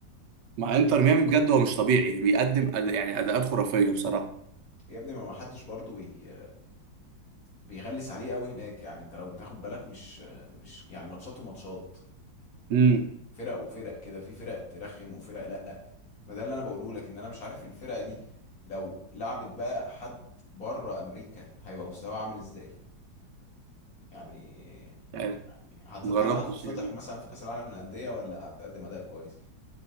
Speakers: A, on the right (about 70°); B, on the left (about 45°).
A: مع انتر ميامي بجد هو مش طبيعي بيقدم أد... يعني اداءات خرافيه بصراحه
B: يا ابني ما ما حدش برضه بي... بيغلس عليه قوي هناك يعني انت لو بتاخد بالك مش مش يعني ماتشات وماتشات
A: امم
B: فرق وفرق كده في فرق ترخم وفرق لا ما ده اللي انا بقوله لك ان انا مش عارف الفرقه دي لو لعبت بقى حد بره امريكا هيبقى مستواها عامل ازاي يعني
A: يعني
B: هت...
A: مجربتش
B: هل هتتفضح
A: يعني
B: مثلا في كاس العالم للانديه ولا هتقدم اداء كويس